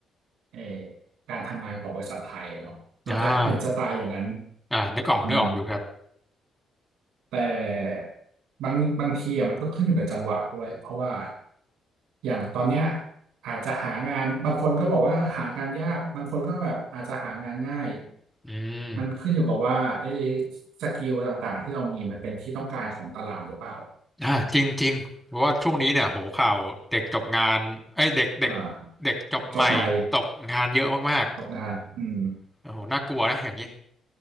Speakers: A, on the right (about 85°); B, in the centre.
A: เออการทำงานกับบริษัทไทยอะเนาะก็จะเป็นสไตล์อย่างนั้น
B: อ่าอ่านึกออกนึกออกอยู่ครับ
A: อืม แต่บางบางทีอะมันก็ขึ้นอยู่กับจังหวะด้วยเพราะว่าอย่างตอนเนี้ยอาจจะหางานบางคนก็บอกว่าหางานยากบางคนก็แบบอาจจะหางานง่าย
B: อืม
A: มันขึ้นอยู่กับว่าไอ้สกิลต่างๆที่เรามีมันเป็นที่ต้องการของตลาดหรือเปล่า
B: อ่าจริงจริงเพราะว่าช่วงนี้เนี่ยโหข่าวเด็กจบงานเอ้ยเด็กเด็ก
A: อ่า
B: เด็กจบใหม่ตกงานเยอะมาก
A: จบใหม่ตกงานอืม
B: ๆโอ้โหน่ากลัวนะอย่างนี้